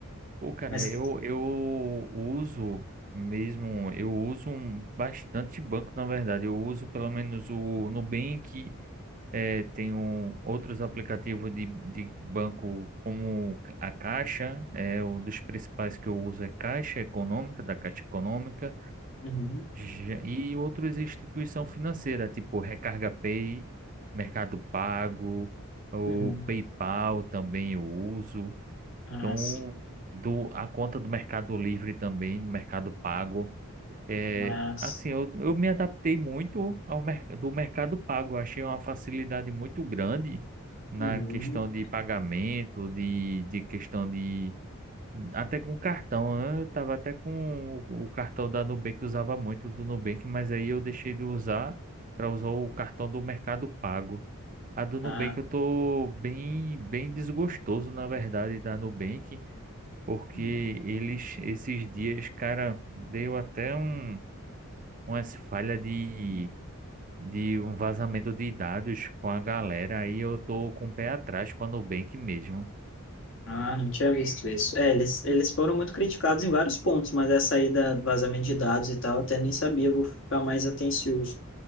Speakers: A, on the right; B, on the left.
A: Pô, cara,
B: Mas...
A: eu, eu uso mesmo, eu uso um- bastante banco, na verdade. Eu uso pelo menos o Nubank. É, tem um, outros aplicativos de, de banco como a Caixa, é um dos principais que eu uso é Caixa Econômica, da Caixa Econômica,
B: Uhum,
A: já- e outras instituição financeira, tipo Recarga Pay, Mercado Pago, o
B: uhum.
A: PayPal também eu uso.
B: Ah,
A: Então,
B: sim.
A: do, a conta do Mercado Livre também, Mercado Pago. É,
B: Ah,
A: assim,
B: sim.
A: eu, eu me adaptei muito ao mer do Mercado Pago. Eu achei uma facilidade muito grande na
B: Uhum.
A: questão de pagamento, de, de questão de. Até com cartão, né? Eu tava até com o, o cartão da Nubank, eu usava muito do Nubank, mas aí eu deixei de usar para usar o cartão do Mercado Pago. A do Nubank
B: Ah.
A: eu tô bem, bem desgostoso, na verdade, da Nubank, porque
B: uhum.
A: eles, esses dias, cara, deu até um umas falhas de, de um vazamento de dados com a galera, aí eu tô com o pé atrás com a Nubank mesmo.
B: Ah, não tinha visto isso. É, eles, eles foram muito criticados em vários pontos, mas essa aí da, do vazamento de dados e tal, eu até nem sabia, vou ficar mais atencioso.